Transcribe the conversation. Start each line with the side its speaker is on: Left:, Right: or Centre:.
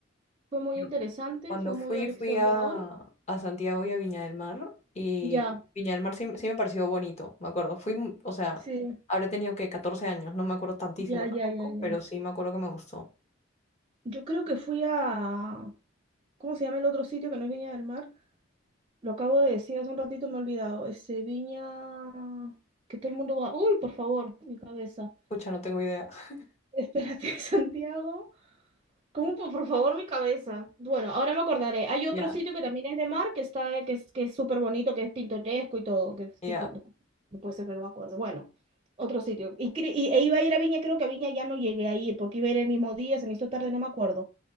Right: Fue muy
Left: Yo
Right: interesante,
Left: Cuando
Right: fue
Left: fui,
Right: muy aleccionador.
Left: fui a, a Santiago y a Viña del Mar y
Right: Ya,
Left: Viña del Mar sí, sí me pareció bonito, me acuerdo. Fui, m- o sea,
Right: sí,
Left: habré tenido que 14 años, no me acuerdo tantísimo
Right: ya,
Left: tampoco,
Right: ya, ya, ya.
Left: pero sí me acuerdo que me gustó.
Right: Yo creo que fui a, ¿cómo se llama el otro sitio que no es Viña del Mar? Lo acabo de decir hace un ratito, me he olvidado. Este, Viña, que todo el mundo va, uy, por favor, mi cabeza.
Left: Pucha, no tengo idea. <laughs>
Right: Espérate, <laughs> Santiago. ¿Cómo? Por por favor, mi cabeza. Bueno, ahora me acordaré. Hay otro
Left: Ya,
Right: sitio que también es de mar, que está, que es, que es súper bonito, que es pintoresco y todo, que es
Left: ya,
Right: tipo- no no puede ser que no me acuerdo. Bueno, otro sitio. Y, cre- y- e iba a ir a Viña, creo que a Viña ya no llegué a ir, porque iba a ir el mismo día, se me hizo tarde, no me acuerdo.